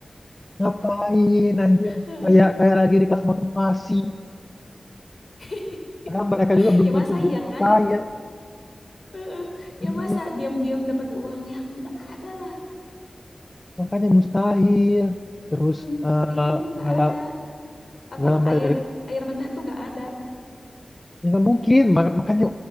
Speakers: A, on the left; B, on the left.
A: ngapain anjir
B: Heeh.
A: kayak kayak lagi di kelas motivasi.
B: <laughs>
A: Padahal mereka juga belum
B: Ya
A: tentu
B: masa
A: belum
B: iya kan?
A: kaya.
B: Heeh. Ya masa
A: Iya,
B: diam-diam dapat uang ya nggak ada lah.
A: makanya mustahil. Terus
B: Yang
A: eh,
B: Dingin tuh nggak
A: nggak la-
B: ada. Apa
A: nggak lama
B: air
A: dari
B: air mentah tuh nggak ada.
A: ya nggak mungkin. Mak- Makanya